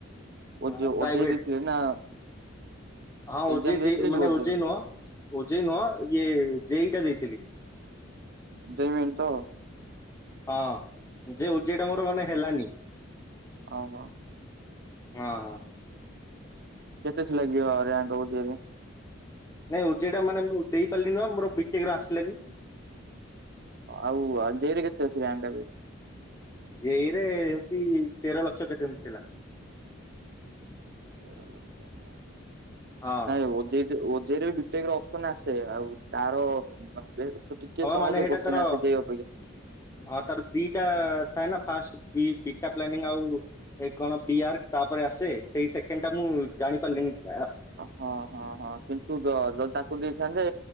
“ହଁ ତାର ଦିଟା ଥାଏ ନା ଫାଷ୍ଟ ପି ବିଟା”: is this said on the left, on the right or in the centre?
Left